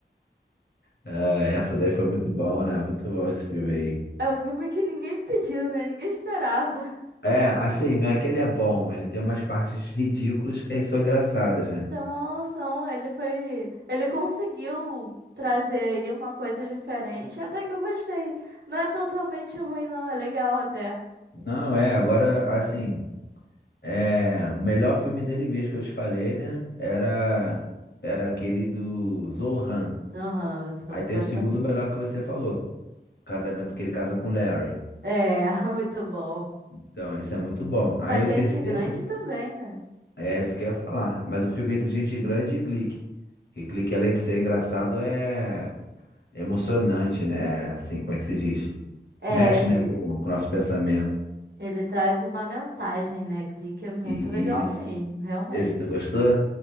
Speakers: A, on the left; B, on the right.
A: É, essa daí foi muito bom, né? Muito bom esse filme aí.
B: É um filme que ninguém pediu, né? Ninguém esperava.
A: É, assim, não é que ele é bom, ele tem umas partes ridículas que são engraçadas, né?
B: São, são, ele foi, ele conseguiu trazer aí uma coisa diferente, até que eu gostei. Não é totalmente ruim, não, é legal até.
A: Não, é, agora, assim, é, o melhor filme dele mesmo que eu te falei, né? Era, era aquele do Zohan.
B: Aham, você falou
A: Aí
B: que
A: tem
B: gosta
A: o segundo
B: muito.
A: melhor que você falou, casamento que ele casa com o Larry.
B: É, <laughs> muito bom.
A: Então, esse é muito bom. Aí
B: Mas
A: o
B: gente
A: terceiro,
B: grande também, né?
A: é esse que eu ia falar. Mas eu fico entre Gente Grande e Clique. Que Clique, além de ser engraçado, é emocionante, né? É Assim, como é que se diz?
B: É,
A: Mexe,
B: ele,
A: né, com com o nosso pensamento.
B: ele traz uma mensagem, né? Clique é muito
A: Isso.
B: legal mesmo, realmente.
A: Esse tu gostou?